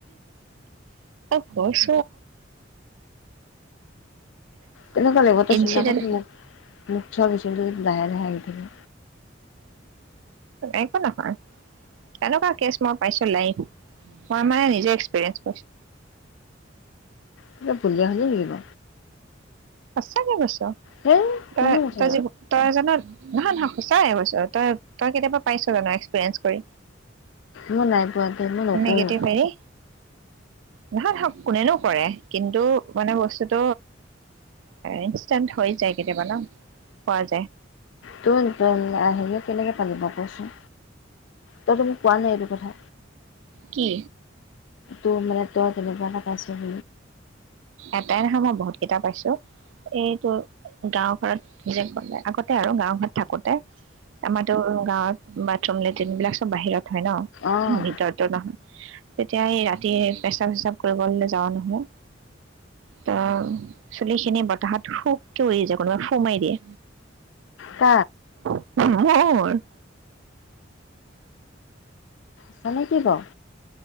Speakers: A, on the right; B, on the left.
A: ফচ
B: তেনেকুৱা লতে
A: ইনচিডেণ্ট
B: চন্তাক মোক মুখ চছিল লাহে লাহে আহি থাকে
A: একো নহয় তেনেকুৱা কেছ মই পাইছো লাইভ মই মানে নিজে এক্সপিৰিয়েঞ্চছো
B: কিবা বুলিয়া শুনি নেকি বাওঁ।
A: সছাকে কৈছোঁ
B: হেই
A: তই
B: কিনো কথা
A: তই যি তই জানত, নহয় নহয় সঁচাইেছ তই তই কেতিয়াবা পাইছ জান এক্সপিৰিয়েঞ্চ কৰি,
B: মই নাই পোৱা দে মই নকৰোঁ
A: নিগেটিভ হেৰি নহয় কোনেনো কৰে, কিন্তু মানে বস্তু ত ইনষ্টেণ্ট হৈ যায় কেতিয়াবা ন পোৱা যায়।
B: ত আহিলে কেনেকে পানিব কচোন তইতো মোক কোৱা নাই এইটো কথা,
A: কি?
B: তোৰ মান ত তেনেবাৰ ক আছো।
A: এটাই নখা মই বহুত কেইটা পাইছো এইটো গাওঁ ঘৰত নি যোই আগতে আৰু গাওঁ ঘৰত থাকোতে আমাতো গাঁৱত বাথৰুম লেট্ৰিন বিলাক চব বাহিৰত হয় ন
B: অঁ
A: ভিতৰতো নহয় তেতিয়া এই ৰাতি পেচাব চেচাব কৰিবলৈ যাও নহয়, ত চুলিখিনি বতাহত শুককে উৰি যায় কোনোবাই সুমাই দিয়ে।
B: ত
A: অ'
B: আছা নে কি বাৰ